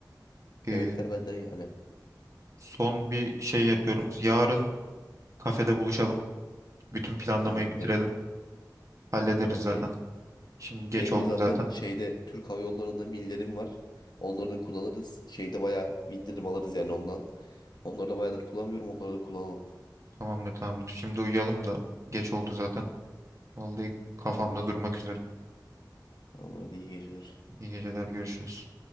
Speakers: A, on the right; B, on the left.
A: e,
B: Yemekler benden yani.
A: son bir şey yapıyorum. Yarın kafede buluşalım. Bütün planlamayı
B: Tamamdır.
A: bitirelim. Hallederiz
B: Okey.
A: zaten. Şimdi geç
B: Benim
A: oldu
B: de zaten
A: zaten.
B: şeyde Türk Hava Yolları'nda millerim var. Onları da kullanırız. Şeyde bayağı indirim alırız yani ondan. Onları da bayağıdır kullanmıyorum. Onları da kullanalım.
A: Tamamdır tamamdır. Şimdi uyuyalım da geç oldu zaten. Vallahi kafamda
B: Tamamdır.
A: durmak üzere.
B: Tamamdır. Hadi iyi geceler.
A: İyi geceler görüşürüz.